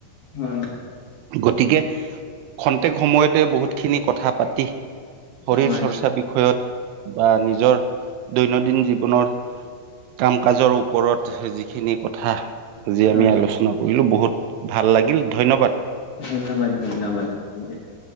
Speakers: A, on the left; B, on the right.
A: হয়
B: গতিকে খন্তেক সময়তে বহুত খিনি কথা পাতি শৰীৰ
A: হয়
B: চৰ্চা বিষয়ত বা নিজৰ দৈনন্দিন জীৱনৰ কাম কাজৰ ওপৰত যিখিনি কথা আজি
A: হয়
B: আমি আলোচনা কৰো কৰিলোঁ বহুত ভাল লাগিল ধন্যবাদ
A: ধন্যবাদ ধন্যবাদ ঠিক আছে